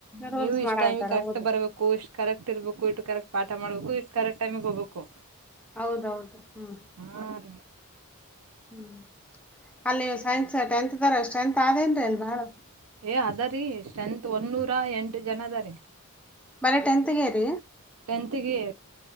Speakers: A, in the centre; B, on the right.
A: ರೂಲ್ಸ್
B: ನೀವು ಇಷ್ಟ್
A: ಮಾಡಾಕತ್ತಾರ
B: ಟೈಮ್ ಕರೆಕ್ಟ್
A: ಹೌದು
B: ಬರ್ಬೇಕು ಇಷ್ಟ್ ಕರೆಕ್ಟ್ ಇರ್ಬೇಕು ಇಟ್ಟು ಕರೆಕ್ಟ್. ಪಾಠ ಮಾಡ್ಬೇಕು ಇಟ್ ಕರೆಕ್ಟ್ ಟೈಮ್ಗ್ ಹೋಗಬೇಕು.
A: ಹೌದೌದು ಹ್ಮ್
B: ಹಾ ರೀ
A: ಹ್ಮ್ ಅಲ್ಲಿ ನೀ ಸೈನ್ಸ್ ಸ್ತ್ರೀಡೆಂತ್ ಆದೇನ್ರಿ ಅಲ್ ಬಾಳ
B: ಏ ಅದರಿ ಸ್ತ್ರೀಡೆಂತ್ ಒನ್ನ್ನೂರ ಎಂಟ ಜನ ಅದಾರೀ
A: ಬರೀ ಟೆಂತ್ಗೆೇರಿ
B: ಟೆಂತ್ಗೆ ರೀ